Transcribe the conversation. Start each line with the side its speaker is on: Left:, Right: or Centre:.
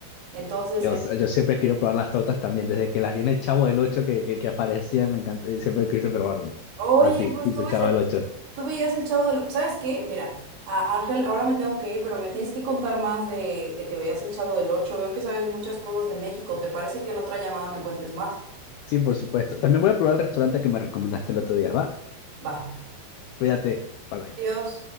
Right: Entonces,
Left: yo,
Right: eh,
Left: yo siempre quiero probar las tortas también. Desde que las vi en el Chavo del Ocho que, que, que aparecía, me encantó. y Siempre quise probar una.
Right: oye,
Left: Así,
Right: pues
Left: tipo
Right: tú
Left: el
Right: ves,
Left: Chavo del Ocho.
Right: Tú veías el Chavo del... ¿Sabes qué? Mira, a- Ángel, ahora me tengo que ir, pero me tienes que contar más de, de que veías el Chavo del Ocho. Veo que sabes muchas cosas de México. ¿Te parece que en otra llamada me cuentes más?
Left: Sí, por supuesto. También voy a probar el restaurante que me recomendaste el otro día. Va,
Right: Va.
Left: cuídate. Bye bye.
Right: Adiós.